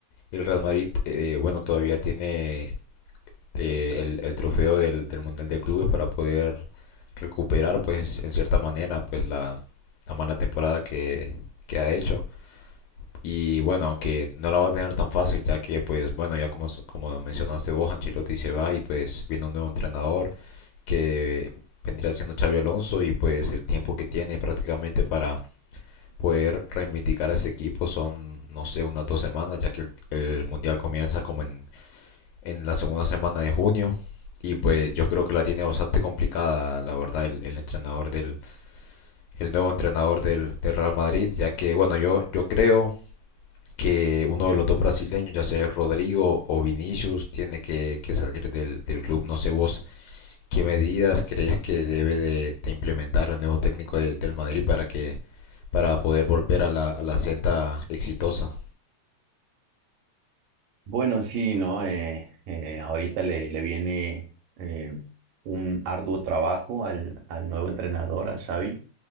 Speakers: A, on the left (about 90°); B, on the right (about 80°).
A: el Real Madrid, eh, bueno, todavía tiene eh, el, el trofeo del, del Mundial de Clubes para poder recuperar, pues, en cierta manera, pues, la, la mala temporada que, que ha hecho. Y bueno, aunque no la va a tener tan fácil, ya que, pues, bueno, ya como, como mencionaste vos, Ancelotti se va y pues viene un nuevo entrenador que vendría siendo Xavi Alonso y pues el tiempo que tiene prácticamente para poder reivindicar a ese equipo son, no sé, unas dos semanas, ya que el, el mundial comienza como en, en la segunda semana de junio. Y pues yo creo que la tiene bastante complicada, la verdad, el, el entrenador del, el nuevo entrenador del, del Real Madrid, ya que, bueno, yo, yo creo que uno de los dos brasileños, ya sea Rodrigo o Vinicius, tiene que, que salir del, del club. No sé vos qué medidas crees que debe de, de implementar el nuevo técnico del, del Madrid para que para poder volver a la, a la senda exitosa.
B: Bueno, sí, ¿no? Eh, eh, ahorita le, le viene eh, un arduo trabajo al, al nuevo entrenador, a Xavi.